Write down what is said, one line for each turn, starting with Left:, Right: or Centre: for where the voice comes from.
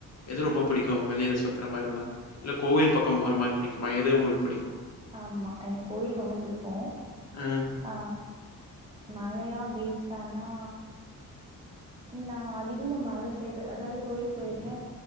Left: எது ரொம்ப புடிக்கு வெளியில சுத்தற மாரி இருந்தா இல்ல கோயில் பக்கோ போற மாரி புடிக்குமா எது உங்களுக்கு புடிக்கு
Right: ஆமா எனக் கோயில் ரொம்ப புடிக் கு
Left: அ
Right: ஆ மலையா பீச்சானா நா அதிகமா மல சைடு அதாவது கோயில் போயிருக்கே